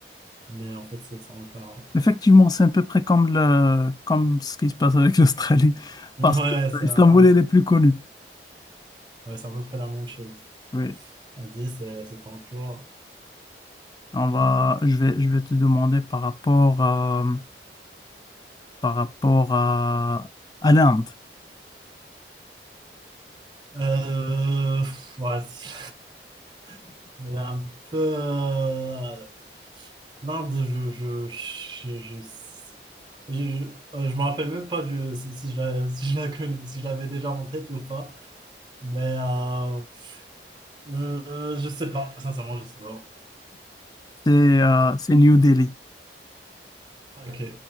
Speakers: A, on the right; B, on the left.
A: mais en fait, c'est c'est encore...
B: Effectivement, c'est à peu près comme, le, comme ce qui se passe avec l'Australie,
A: <laughs> Ouais,
B: parce que
A: c'est
B: Istanbul,
A: un- c'est un-
B: elle est plus connue.
A: ouais, c'est à peu près la même chose.
B: Oui.
A: À 10, c'est c'est toujours...
B: On va, je vais, je vais te demander par rapport à, par rapport à, à l'Inde.
A: Euh, pff, ouais, c'est- <laughs> elle est un peu... euh, L'Inde, je... Je, je, je, je, je, euh, je me rappelle même pas du, si, si je la- <laughs> si je la connais- si je l'avais déjà en tête ou pas. Mais euh, Euh, je sais pas, sincèrement, je sais pas.
B: C'est euh, c'est New Delhi.
A: Ah, Ok,